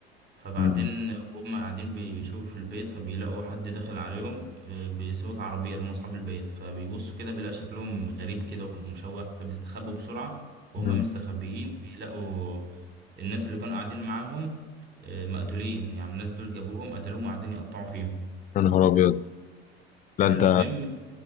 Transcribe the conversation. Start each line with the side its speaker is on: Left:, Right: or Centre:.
Right: فبعدين
Left: أمم.
Right: هم قاعدين بي- بيشوفوا في البيت فبيلاقوا حد داخل عليهم آه، بصوت عربية اللي هم أصحاب البيت فبيبصوا كده بيلاقي شكلهم غريب كده ومشوه فبيستخبوا بسرعة وهم
Left: أمم.
Right: مستخبيين بيلاقوا الناس اللي كانوا قاعدين معاهم آه، مقتولين يعني الناس دول جابوهم قتلوهم وقاعدين يقطعوا فيهم
Left: يا نهار ابيض
Right: فالمهم
Left: لا انت